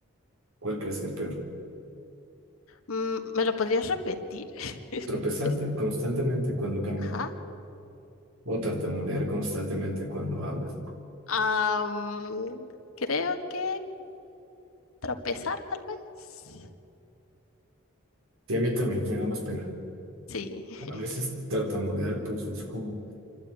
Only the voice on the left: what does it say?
Mm, ¿Me lo podrías repetir? <laughs> Es-
es-
Ajá.
Am, creo que tropezar, tal vez.
Sí, <laughs>